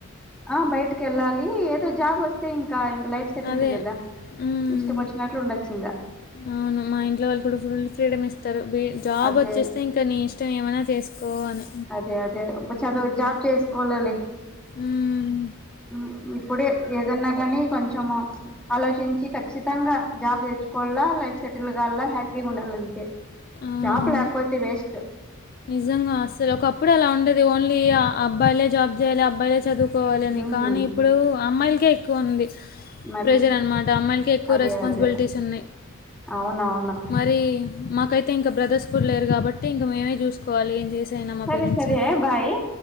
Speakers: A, in the centre; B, on the left.
A: ఆ బయటికి ఏళ్ళాలి. ఏదో జాబ్ వస్తే ఇంకా ఇంక లైఫ్ సెటిల్డ్
B: అదే
A: కదా
B: మ్మ్.
A: ఇష్టం వచ్చినట్లు ఉండొచ్చు ఇంగా.
B: అవును మా ఇంట్లో వాళ్ళు కూడా ఫుల్ ఫ్రీడమ్ ఇస్తారు. జాబ్
A: అదే
B: వచ్చేస్తే ఇంకా నీ ఇష్టం ఏమైనా చేస్ కో అని
A: అదే అదే చదువు జాబ్ చేసుకోవాలలే
B: ఉహ్మ్
A: ఉ ఇప్పుడే ఏదన్నా గానీ కొంచెము ఆలోచించి ఖచ్చితంగా జాబ్ దెచ్చుకోవలా లైఫ్ సెటిల్ గాల్లా హ్యాపీగా ఉండాలంతే.
B: అవునవును
A: జాబ్ లేకపోతే వేస్ట్
B: నిజంగా అసలు ఒకప్పుడు అలా ఉండేది. ఓన్లీ అబ్బాయిలే జాబ్ జేయ్యాలి అబ్బాయిలే చదువ్ కోవాలి అని
A: ఉమ్
B: కానీ ఇప్పుడు అమ్మాయిలకే ఎక్కువ ఉంది.
A: మరి
B: ప్రెజర్ అనమాట అమ్మాయిలకే ఎక్కువ
A: అదే
B: రెస్పాన్సిబిలిటీస్
A: అదే
B: ఉన్నాయ్.
A: అవునవును.
B: మరి మాకైతే ఇంకా బ్రదర్స్ కూడా లేరు గాబట్టి ఇంకా మీమే జూసుకోవాలి ఏం జేసైనా మా
A: సరే
B: పేరెంట్స్ని.
A: సరే బాయ్